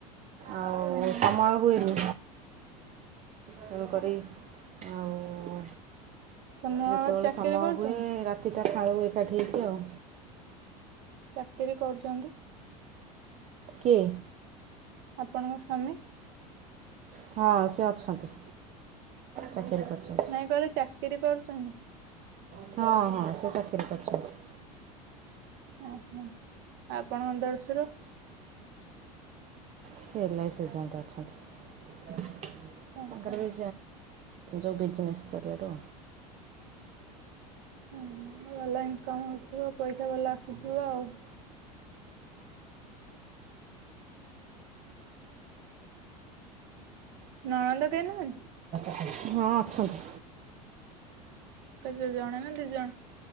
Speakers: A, on the right; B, on the right.
A: ଆଉ
B: ହଁ
A: ସମୟ ହୁଏନି। ତେଣୁ କରି ଆଉ
B: ସମୟ
A: ଯେତେବେଳେ
B: ଚାକିରି
A: ସମୟ
B: କରୁଛନ୍ତି।
A: ହୁଏ ରାତିଟା ଖାଇବୁ ଏକାଠି ହେଇଛି ଆଉ
B: ଚାକିରି କରୁଛନ୍ତି?
A: କିଏ?
B: ଆପଣଙ୍କ ସ୍ଵାମୀ?
A: ହଁ ସେ ଅଛନ୍ତି। ଚାକିରି କରିଛନ୍ତି।
B: ନାଇଁ କହିଲେ ଚାକିରି କରୁଛନ୍ତି?
A: ହଁ ହଁ ସେ ଚାକିରି କରୁଛନ୍ତି।
B: ଓହୋ ଆପଣଙ୍କ ଦେଢଶୁର?
A: ସେ ନାାଇଁ ସିଜନ୍ଟେ ଅଛନ୍ତି
B: ଓହୋ
A: ତାଙ୍କର ବି ଯୋଉ ବଜିନେସ୍ ଚା ଏଠୁ।
B: ଓ ଭଲ ଇନକମ ହଉଥିବ ପଇସା ଭଲ ଆସୁଥିବ ଆଉ। ନାଲୋ। କେହିନାହାନ୍ତି।
A: ହଁ ଅଛନ୍ତି।
B: କ ଜଣେ ନା ଦିଜଣ